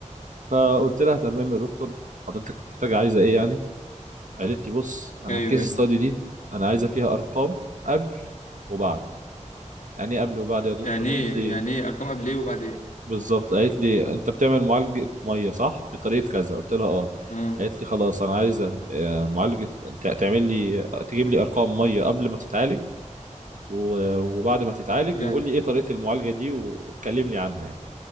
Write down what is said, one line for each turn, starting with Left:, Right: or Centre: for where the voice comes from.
Right: فقلت لها تمام يا دكتور حضرتك محتاجة عايزة ايه يعني قالت لي بص انا
Left: ايوه
Right: الكيس
Left: ايوه
Right: ستادي دي انا عايزة فيها ارقام قبل وبعد يعني ايه قبل وبعد يا دكتور
Left: يعني
Right: قالت
Left: ايه
Right: لي
Left: يعني ايه ارقام قبل ايه وبعد ايه
Right: بالظبط قالت لي انت بتعمل معالجة مية صح بطريقة كذا قلت لها اه
Left: اه
Right: قالت لي خلاص انا عايزة آه، معالجة تع- تعمل لي تجيب لي ارقام مية قبل ما تتعالج و- وبعد ما تتعالج
Left: يعني
Right: وقول لي ايه طريقة المعالجة دي و- وتكلمني عنها يعني